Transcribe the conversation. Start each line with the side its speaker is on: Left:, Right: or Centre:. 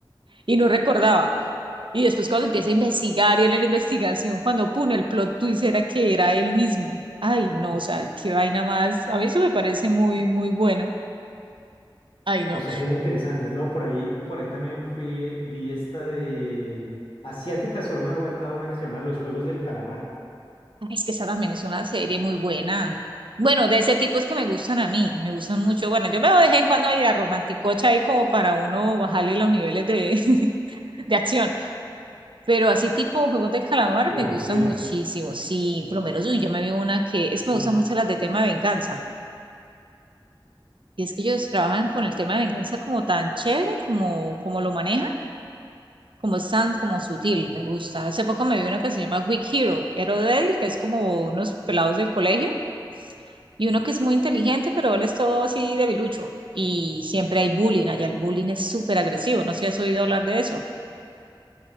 Right: y no recordaba. Y después cuando empieza a investigar y él en la investigación, cuando pone el plot twist era que era él mismo. Ay, no, o sea, qué vaina más. A mí eso me parece muy, muy bueno. Ay, no.
Left: O sea, son interesantes, ¿no? Por ahí, por ahí también fui, vi esta de asiática, solo me ha aguantado una que se llama Los Juegos del Calamar,
Right: Ay, es que esa también es una serie muy buena. Bueno, de ese tipo es que me gustan a mí, me gustan mucho. Bueno, yo me voy de vez en cuando a ir a romanticocha ahí como para uno bajarle los niveles de, <laughs> de acción. Pero así tipo juegos de calamar
Left: de
Right: me
Left: emoción.
Right: gustan muchísimo. Sí, por lo menos uy, yo me vi una que es que
Left: Uy,
Right: me gustan mucho las de tema de venganza. Y es que ellos trabajan con el tema de venganza como tan chévere, como, como lo manejan, como es tan como sutil, me gusta. Hace poco me vi una que se llama Weak Hero, Hero Débil, que es como unos pelados del colegio, y uno que es muy inteligente, pero él es todo así debilucho. Y siempre hay bullying allá, el bullying es súper agresivo, no sé si has oído hablar de eso,